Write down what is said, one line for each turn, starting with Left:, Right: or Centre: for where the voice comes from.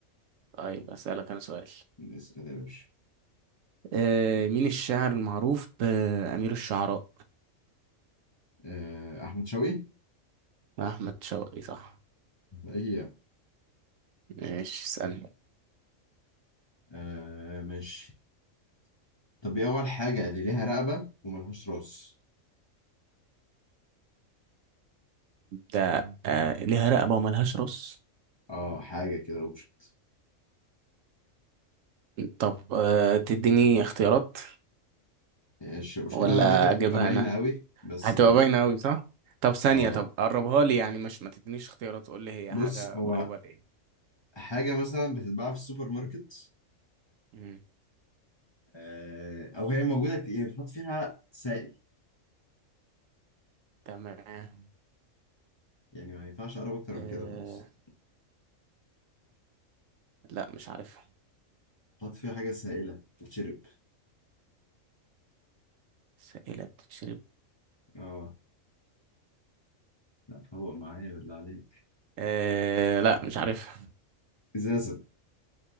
Right: طيب أسألك أنا سؤال
Left: اسأل يا باشا
Right: آه مين الشاعر المعروف بأمير الشعراء
Left: آه، أحمد شوقي
Right: أحمد شوقي صح
Left: أيوة
Right: ماشي اسألني
Left: آه، ماشي طب إيه أول حاجة اللي ليها رقبة وملهاش راس
Right: ده آه ليها رقبة وملهاش راس
Left: اه حاجة كده اوبجكت
Right: طب آه تديني اختيارات
Left: ماشي المشكلة
Right: ولا
Left: لو اديتك
Right: أجيبها
Left: هتبقى باينة
Right: أنا
Left: قوي بس
Right: هتبقى
Left: ماشي
Right: باينة أوي صح طب ثانية
Left: اه
Right: طب قربها لي
Left: ماشي
Right: يعني مش ما تدينيش اختيارات قول لي هي
Left: بص
Right: حاجة
Left: هو
Right: قريبة لإيه
Left: حاجة مثلا بتتباع في السوبر ماركت
Right: مم،
Left: آه، او هي موجوده كتير يعني بتحط فيها سائل
Right: تمام
Left: يعني ما ينفعش اقرب اكتر
Right: آه،
Left: من كده خلاص
Right: لا مش عارفها
Left: بتحط فيها حاجه سائله تتشرب
Right: سائلة بتتشرب
Left: اه لا فوق معايا بالله عليك
Right: آه لا مش عارفها
Left: ازازه